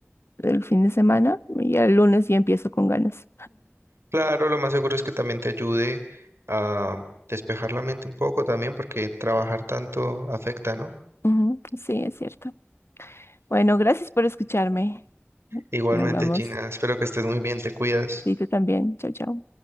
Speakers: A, on the left (about 70°); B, on the right (about 75°).
A: el fin de semana y el lunes ya empiezo con ganas.
B: Claro, lo más seguro es que también te ayude a despejar la mente un poco también, porque trabajar tanto afecta, ¿no?
A: Ujú, Sí, es cierto. Bueno, gracias por escucharme.
B: Igualmente,
A: Y hablamos.
B: Gina, espero que estés muy bien, te cuidas.
A: Sí, tú también. Chao, chao.